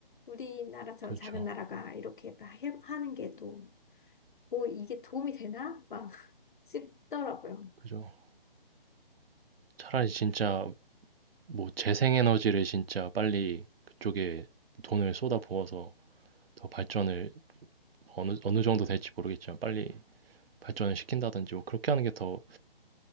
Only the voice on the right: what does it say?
그죠.
렇
그죠. 차라리 진짜 뭐 재생에너지를 진짜 빨리 그쪽에 돈을 쏟아부어서 더 발전을 뭐 어느 어느 정도 될지 모르겠지만 빨리 발전을 시킨다든지 뭐 그렇게 하는 게 더